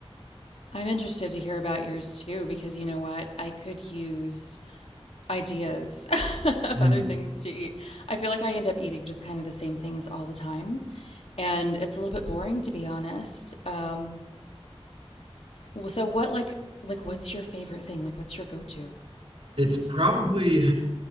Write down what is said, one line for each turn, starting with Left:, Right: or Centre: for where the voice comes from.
Left: I'm interested to hear about yours too, because you know what? I could use ideas <laughs> of
Right: Hmm.
Left: other things to eat. I feel like I end up eating just kind of the same things all the time, and it's a little bit boring to be honest. Um, w- so what like like what's your favorite thing? Like what's your go-to?
Right: It's probably,